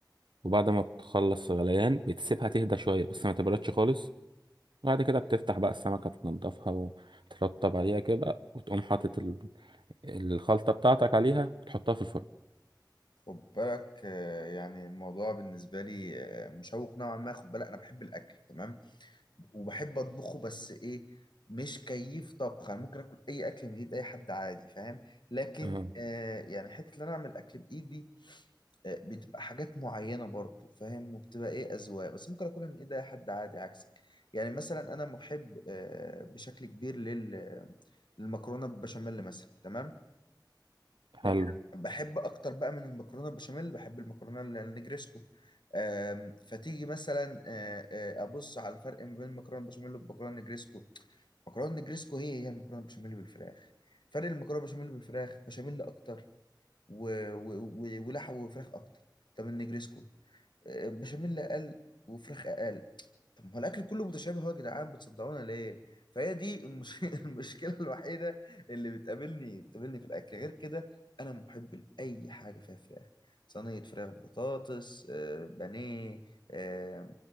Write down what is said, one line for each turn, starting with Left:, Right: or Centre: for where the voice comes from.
Right: وبعد ما بتخلص غليان بتسيبها تهدى شويه بس ما تبردش خالص بعد كده بتفتح بقى السمكه تنضفها وترطب عليها كده وتقوم حاطط الخلطة بتاعتك عليها وتحطها في الفرن
Left: خد بالك آه، يعني الموضوع بالنسبه لي آه، مشوق نوعا ما خد بالك انا بحب الاكل تمام وبحب اطبخه بس ايه مش كيف طبخ انا ممكن اكل اي اكل من ايد اي حد عادي فاهم لكن
Right: اه
Left: آه، يعني حته ان انا اعمل اكل بايدي آه، بتبقى حاجات معينة برضو فاهم وبتبقى ايه أذواق بس ممكن أكلها من ايد أي حد عادي عكسك يعني مثلا أنا محب آه، بشكل كبير لل للمكرونة بالبشاميل مثلا تمام لكن
Right: حلو
Left: بحب أكتر بقى من المكرونة بالبشاميل بحب المكرونة ال- النجريسكو آم، فتيجي مثلا آه، آه، أبص على الفرق ما بين المكرونة بالبشاميل والمكرونة النجريسكو مكرونه نجريسكو هي هي المكرونه بالبشاميل بالفراخ فرق المكرونه بالبشاميل بالفراخ بشاميل اكتر و... و... و... ولحم وفراخ اكتر طب النجريسكو آه، بشاميل اقل وفراخ اقل طب ما هو الاكل كله متشابه اهو يا جدعان بتصدقونا ليه فهي دي المش... <laughs> المشكله الوحيده اللي بتقابلني بتقابلني في الاكل غير كده انا محب لاي حاجه فيها فراخ صينيه فراخ بطاطس آه، بانيه آه،